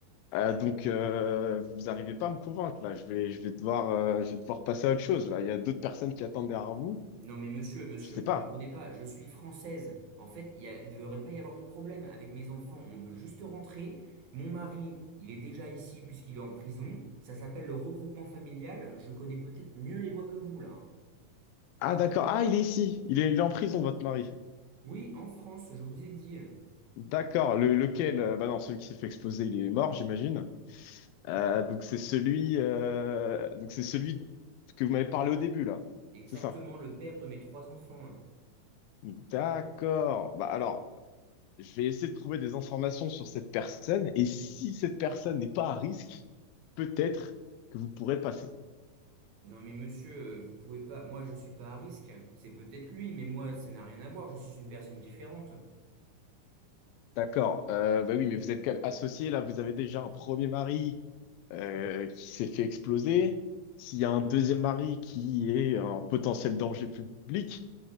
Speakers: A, on the left (about 80°); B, on the right (about 60°).
A: Euh, donc euh, vous n'arrivez pas à me convaincre là. Je vais je vais devoir euh, je vais devoir passer à autre chose là. Il y a d'autres personnes qui attendent derrière vous.
B: Non, mais monsieur, monsieur,
A: Je sais
B: vous
A: pas.
B: comprenez pas. Je suis française. En fait, il y a- il ne devrait pas y avoir de problème avec mes enfants. On veut juste rentrer. Mon mari, il est déjà ici puisqu'il est en prison. Ça s'appelle le regroupement familial. Je connais peut-être mieux les lois que vous là. hein.
A: Ah d'accord, ah il est ici, il est, il est en prison votre mari.
B: Oui, en France, je vous ai dit.
A: D'accord, le, lequel, euh, bah non, celui qui s'est fait exploser, il est mort, j'imagine. Euh, donc c'est celui, euh, donc c'est celui que vous m'avez parlé au début là,
B: Exactement,
A: c'est ça.
B: le père de mes trois enfants. hein.
A: D'accord. Bah alors, je vais essayer de trouver des informations sur cette personne et si cette personne n'est pas à risque, peut-être que vous pourrez passer.
B: Non mais monsieur, euh, vous pouvez pas. Moi je suis pas à risque. C'est peut-être lui, mais moi ça n'a rien à voir. Je suis une personne différente.
A: D'accord. Euh, bah oui, mais vous êtes quand même associé là, vous avez déjà un premier mari euh, qui s'est fait exploser, s'il y a un deuxième mari qui est un potentiel danger public,